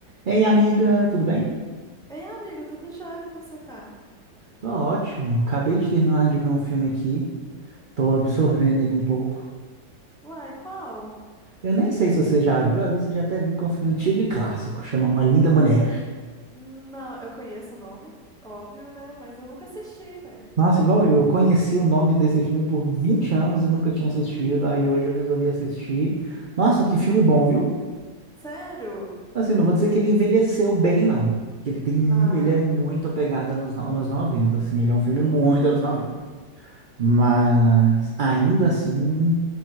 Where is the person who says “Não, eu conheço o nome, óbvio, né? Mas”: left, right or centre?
Centre